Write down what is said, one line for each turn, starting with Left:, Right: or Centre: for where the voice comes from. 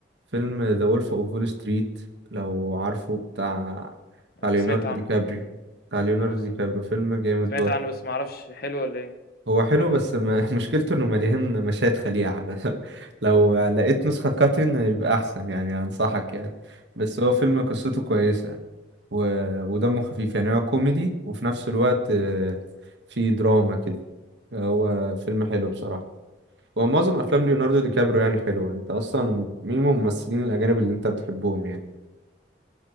Right: فيلم ذا وولف اوف وول ستريت لو عارفه بتاع
Left: آه،
Right: بتاع ليوناردو
Left: سمعت عنه
Right: دي كابريو بتاع ليوناردو
Left: اه سمعت
Right: دي كابريو فيلم جامد
Left: سمعت
Right: برضه
Left: عنه بس ما أعرفش حلو ولا إيه
Right: هو حلو
Left: جامد
Right: بس
Left: ده؟
Right: ما <laughs> مشكلته انه مليان مشاهد خليعة بس <laughs> لو
Left: مم.
Right: لقيت نسخة كاتن يبقى احسن يعني انصحك يعني بس هو فيلم قصته كويسة و... ودمه خفيف يعني هو كوميدي وفي نفس الوقت آه، في دراما كده هو فيلم حلو بصراحة هو معظم افلام ليوناردو دي كابريو يعني حلوة انت اصلا مين من الممثلين الاجانب اللي انت بتحبهم يعني